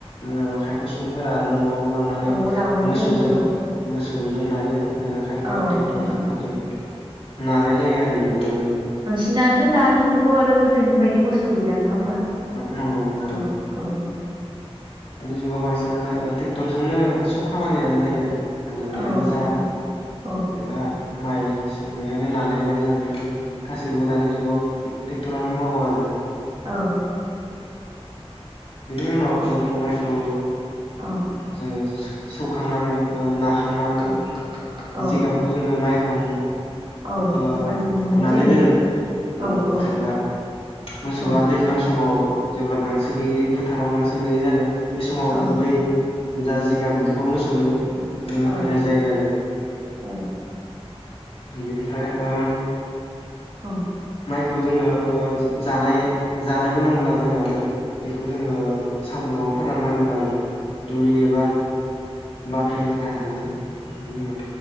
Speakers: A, on the left; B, on the right.
A: औ खायफा सुबुंफोरा आरो न'आव लांनानै
B: न'आव लाबोनाय
A: मोसौजों
B: जायो औ
A: मोसौ जों नायो आरो खायफाया
B: औ
A: ट्रेक्टर
B: बा
A: फोरजों नानाय जायो आरो दुब्लियावनो
B: दिनानथ' दानि जुगाव आरो गोदोनि बायदि मोसौ गैला नङा होमबा
A: नंगौ नंगौ
B: औ औ
A: दानि जुगाव बांसिनानो ओ ट्रेक्टरजोंनो सब खामानियानो जायो आरो हालेवनायानो
B: औ नंगौ
A: जा
B: औ
A: एबा माइ सोबनायानो नानायानो जा बेफोर गासैखौबो दानि जुगाव ट्रेक्टरानो मावो आरो
B: औ
A: बेनि उनाव जों माइखौ
B: औ
A: जोङो सौखांनानै ओ नाखांनानै
B: औ औ
A: जिगाबखौ जोङो माइ हुं
B: औ
A: ओ
B: माइहुं लुनाय
A: हुनानै
B: जायो
A: दोनो ओ
B: औ
A: बुजिब्ला
B: औ
A: मोसौआ
B: औ
A: दैज्लां समाव जेब्ला गांसो गैयै फोथाराव गांसो गैयै जागोन बे समाव
B: औ
A: बै जा जिगाब बेखौ मोसौनो जोङो
B: औ
A: होनाय जायो आरो
B: औ
A: बेनिफ्राय ओ
B: औ।
A: खौ जोङो ओ जानाय जानो गोनांब्ला जों आरो बेखौ जोङो सान्दुङाव फोरान नांगोन आरो। दुलि एबा बा जेनेबा हाननानै बिनि उनाव